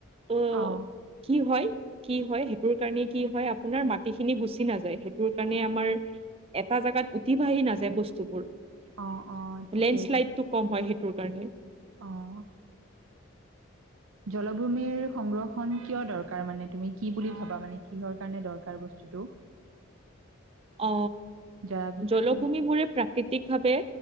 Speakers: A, on the right (about 25°); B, on the right (about 80°).
A: ত
B: অ',
A: কি হয় কি হয়, সেইটোৰ কাৰণে কি হয় আপোনাৰ মাটিখিনি গুচি নাযায়। সেইটোৰ কাৰণে আমাৰ এটা জাগাত উঠি বাাহি নাযায় বস্তুবোৰ।
B: অ', অ', ঠিকে
A: লেণ্ডশ্লাইডটো
B: ঠিকে
A: কম হয়। সেইটো কাৰণে
B: অ। জলভূমিৰ সংৰক্ষণ কিয় দৰকাৰ মানে তুমি কি বুলি ভাবা মানে কিহৰ কাৰণে দৰকাৰ বস্তুটো?
A: অ
B: জলাভূমি
A: জলভূমিবোৰে প্ৰাকৃতিক ভাৱে